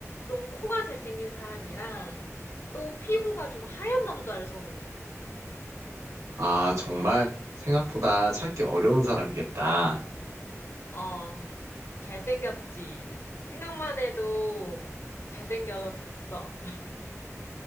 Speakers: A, on the left; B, on the right.
A: 좀 코가 잘생긴 사람이랑 또 피부가 좀 하얀 남자를 선호해.
B: 아, 정말 생각보다 찾기 어려운 사람이겠다.
A: 어, 잘생겼지. 생각만 해도 잘생겼어.